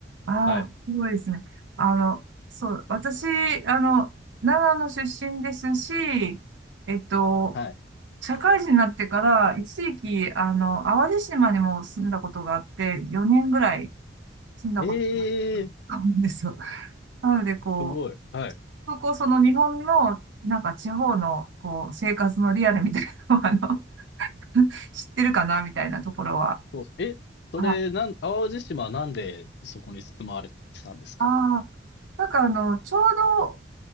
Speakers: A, on the right; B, on the left.
A: ああ、
B: はい。
A: すごいですね。あの、そう、私、あの、長野出身ですし、えっと、
B: はい。
A: 社会人になってから、一時期、あの、淡路島にも住んだことがあって、4年ぐらい住んだことが
B: ええー、
A: あるんですよ。なので、こ
B: すごい。はい。
A: う、そこ、その日本の、なんか地方の、こう、生活のリアルみたいなのを、あの、<laughs> 知ってるかな、みたいなところは。
B: そうっす。え、それ、
A: はい。
B: なん、淡路島はなんでそこに住まわれてたんですか
A: ああ、なんかあの、ちょうど